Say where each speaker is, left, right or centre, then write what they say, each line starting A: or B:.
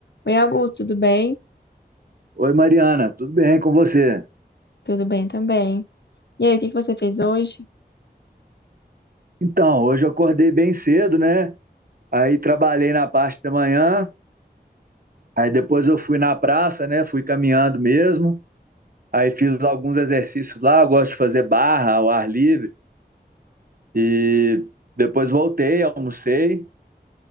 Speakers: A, on the left; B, on the right.
A: Oi, Augusto, tudo bem?
B: Oi, Mariana, tudo bem com você?
A: Tudo bem também. E aí, o que que você fez hoje?
B: Então, hoje eu acordei bem cedo, né? Aí trabalhei na parte da manhã, aí depois eu fui na praça, né? Fui caminhando mesmo. Aí fiz alguns exercícios lá, eu gosto de fazer barra ao ar livre. E depois voltei, almocei